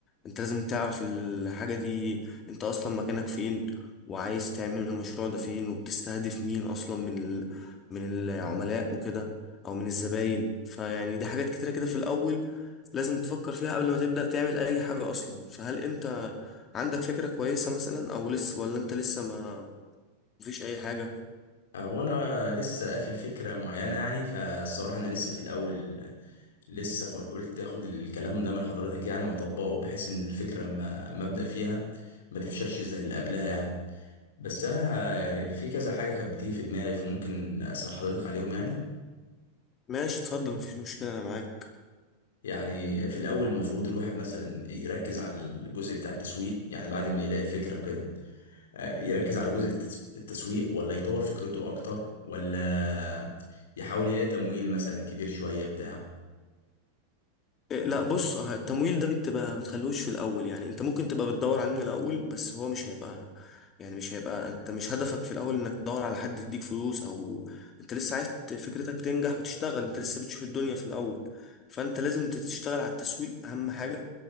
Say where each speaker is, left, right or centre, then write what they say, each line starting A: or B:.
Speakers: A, on the left; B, on the left.
A: انت لازم تعرف الحاجة دي انت اصلا مكانك فين وعايز تعمل المشروع ده فين وبتستهدف مين اصلا من ال... من العملاء وكده او من الزباين فيعني دي حاجات كتيرة كده في الاول لازم تفكر فيها قبل ما تبدأ تعمل اي حاجة اصلا فهل انت عندك فكرة كويسة مثلا او لسه ولا انت لسه ما مفيش اي حاجة
B: هو انا لسه قافل فكره معينه يعني فالصراحه انا لسه في الاول لسه خ- قلت اخد الكلام ده من حضرتك يعني واطبقه بحيث ان الفكره لما ما ابدا فيها ما تفشلش زي اللي قبلها يعني بس انا يعني في كذا حاجه كانت بتيجي في دماغي فممكن اسال حضرتك عليهم يعني
A: ماشي اتفضل مفيش مشكلة انا معاك
B: يعني في الاول المفروض الواحد مثلا يركز على الجزء بتاع التسويق يعني بعد ما يلاقي الفكره وكده آه، يركز على جزء التس- التسويق ولا يطور فكرته اكتر ولا يحاول يلاقي تمويل مثلا كبير شويه بتاع
A: إيه، لا بص آه، التمويل ده بتبقى ما تخلوش في الاول يعني انت ممكن تبقى بتدور عليه من الاول بس هو مش هيبقى يعني مش هيبقى انت مش هدفك في الاول انك تدور على حد يديك فلوس او انت لسه عايز ت- فكرتك تنجح وتشتغل انت لسه بتشوف الدنيا في الاول فانت لازم تشتغل على التسويق اهم حاجة